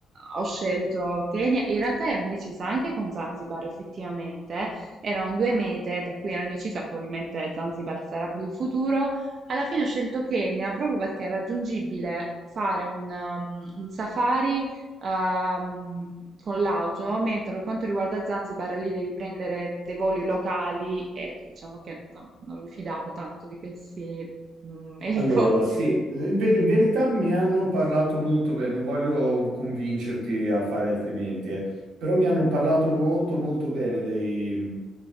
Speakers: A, on the right; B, on the right.
A: ho scelto Kenya, in realtà ero indecisa anche con Zanzibar, effettivamente. Erano due mete, tra cui ero indecisa, probabilmente Zanzibar sarà per il futuro. Alla fine ho scelto Kenya proprio perché è raggiungibile fare un, um, un safari ehm, con l'auto, mentre per quanto riguarda Zanzibar lì devi prendere dei voli locali e diciamo che non, non mi fidavo tanto di questi mm, <laughs> Elicotteri. elicotteri.
B: Allora, sì, in, ve- in verità mi hanno parlato molto bene, non voglio convincerti a fare altrimenti, eh, però mi hanno parlato molto molto bene dei,